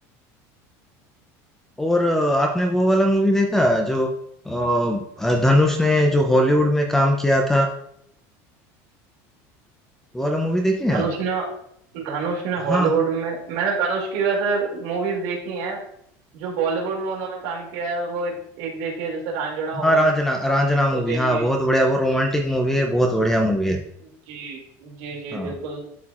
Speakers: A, in the centre; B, on the right.
A: और अ, आपने वो वाला मूवी देखा जो अ, धनुष ने जो हॉलीवुड में काम किया था वो वाला मूवी देखे हैं
B: धनुष
A: आप?
B: ने धनुष ने हॉलीवुड
A: हाँ
B: में मैंने धनुष की वैसे मूवीज देखी हैं जो बॉलीवुड में उन्होंने काम किया है वो एक एक देखी है जैसे रांझणा हो
A: हाँ
B: गई
A: रांझना रांझना मूवी
B: वो देखी
A: हाँ
B: है
A: बहुत बढ़िया वो रोमांटिक मूवी है बहुत बढ़िया मूवी है
B: जी जी जी
A: हाँ
B: बिल्कुल